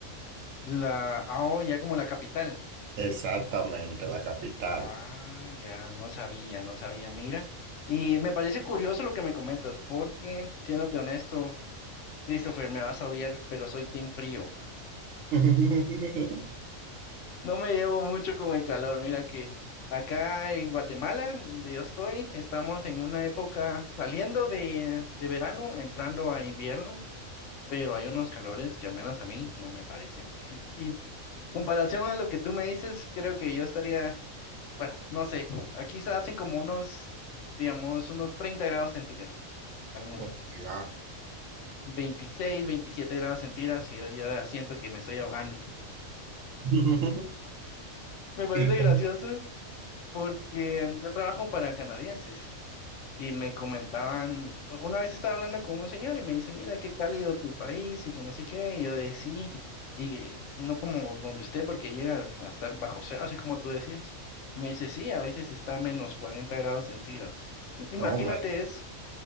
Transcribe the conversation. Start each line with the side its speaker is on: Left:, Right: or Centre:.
Left: La, ah, oh, ya como la capital.
Right: Exactamente, la capital.
Left: Ah, ya no sabía, no sabía, mira. Y me parece curioso lo que me comentas, porque, siéndote honesto, Christopher, me vas a odiar, pero soy team frío.
Right: <laughs>
Left: No me llevo mucho con el calor. Mira que acá en Guatemala, donde yo estoy, estamos en una época saliendo de, de verano, entrando a invierno. pero hay unos calores que al menos a mí no me parecen. <laughs> Y comparación a lo que tú me dices, creo que yo estaría, bueno, no sé, aquí se hacen como unos, digamos, unos 30 grados centígrados, a lo mucho.
Right: Oh, my God.
Left: veintiséis 27 grados centígrados y yo ya siento que me estoy ahogando.
Right: <laughs>
Left: Me parece
Right: Y,
Left: gracioso porque yo trabajo para canadienses Y me comentaban, una vez estaba hablando con un señor y me dice, mira, qué cálido tu país y que no sé qué. Y yo de sí, y no como donde usted, porque llega a estar bajo cero, así como tú decías. Me dice, sí, a veces está a menos cuarenta grados centígrados. <laughs> Imagínate
Right: oh my
Left: eso.